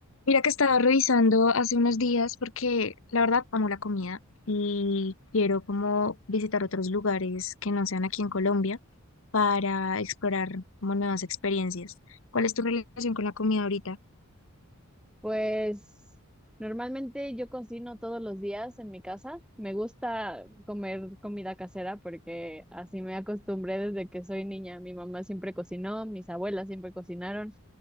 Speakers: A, on the left; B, in the centre.
A: Mira que estaba revisando hace unos días porque la verdad amo la comida y quiero como visitar otros lugares que no sean aquí en Colombia para explorar como nuevas experiencias. ¿Cuál es tu relación con la comida ahorita?
B: Pues normalmente yo cocino todos los días en mi casa. Me gusta comer comida casera porque así me acostumbré desde que soy niña. Mi mamá siempre cocinó, mis abuelas siempre cocinaron.